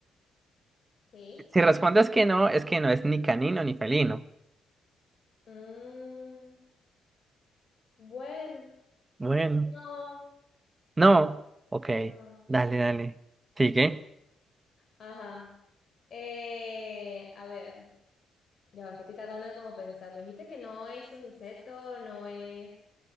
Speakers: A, on the left (about 50°); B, on the right (about 20°).
A: sí.
B: Si respondes que no, es que no es ni canino ni felino.
A: Mm, bueno.
B: Bueno.
A: No,
B: No. Ok.
A: no.
B: Dale, dale. Sigue.
A: Ajá. Eh, a ver, ya ves que estoy tratando de como pensar. Me dijiste que no es un insecto, no es,